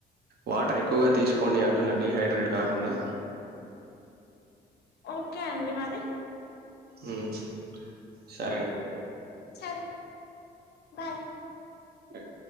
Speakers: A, on the right; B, on the left.
A: వాటర్ ఎక్కువగా తీసుకోండి అంటున్న డిహైడ్రేట్ కాకుండా
B: ఓకే అండి మరి
A: ఉమ్ సరే అండి
B: సరే బాయ్
A: బాయ్